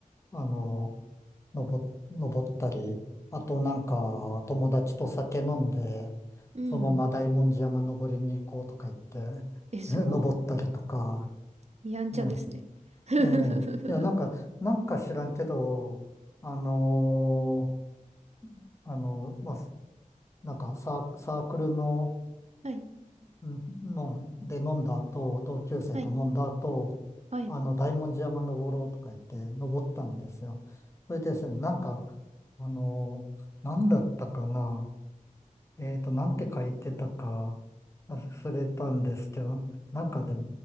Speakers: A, on the left (about 20°); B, on the right (about 55°).
A: あの、登、登ったり、あとなんか友達と酒飲んで、
B: うん。
A: そのまま大文字山登りに行こうとか言って、
B: え、すご
A: <laughs> え登ったりとか、
B: い。やんちゃですね。
A: ええ、
B: <laughs>
A: ええ、いや、なんか、なんか知らんけど、あのーあのまあ、なんかサー、サークルの
B: はい、
A: うんので飲んだ後、同級生と飲んだ後、
B: はい、はい、
A: あの、大文字山登ろうとか言って登ったんですよ。それでですね、なんか、あの、なんだったかな。えっと、なんて書いてたか忘れたんですけど、なんかで、